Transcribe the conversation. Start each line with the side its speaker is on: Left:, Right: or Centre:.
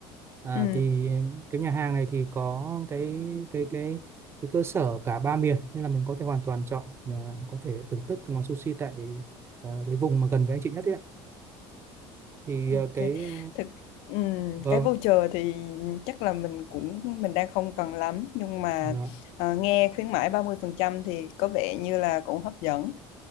Right: À,
Left: Ừ.
Right: thì cái nhà hàng này thì có cái cái cái cái cơ sở cả ba miền nên là mình có thể hoàn toàn chọn à, có thể thưởng thức món sushi tại à, cái vùng mà gần với anh chị nhất ấy. ạ. Thì
Left: Ok.
Right: à, cái ờ,
Left: Thực ừ.
Right: vâng
Left: cái voucher thì chắc là mình cũng mình đang không cần lắm nhưng mà
Right: vâng
Left: ờ, nghe khuyến mãi 30% thì có vẻ như là cũng hấp dẫn.